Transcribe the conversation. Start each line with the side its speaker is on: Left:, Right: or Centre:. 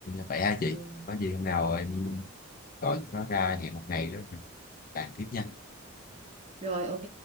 Left: vậy ha chị
Right: ừ.
Left: có gì hôm nào em gọi tụi nó ra hẹn một ngày đó rồi bàn tiếp nha
Right: rồi ok